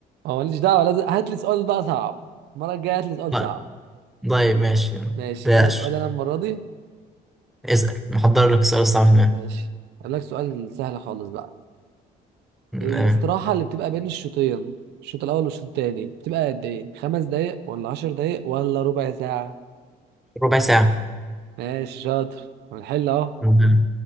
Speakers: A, on the right (about 80°); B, in the centre.
A: هو ماليش دعوه لازم هات لي سؤال بقى صعب المره الجايه هات لي سؤال
B: طيب
A: صعب
B: طيب، ماشي
A: ماشي
B: بلاش
A: انا سؤال انا المره دي
B: اسأل محضر لك السؤال الصعب هنا
A: ماشي اقول لك سؤال سهل خالص بقى
B: آه،
A: الاستراحه اللي بتبقى بين الشوطين الشوط الاول والشوط التاني بتبقى قد ايه خمس دقايق ولا عشر دقايق ولا ربع ساعه
B: ربع ساعة
A: ماشي شاطر هنحل اهو
B: الحمد لله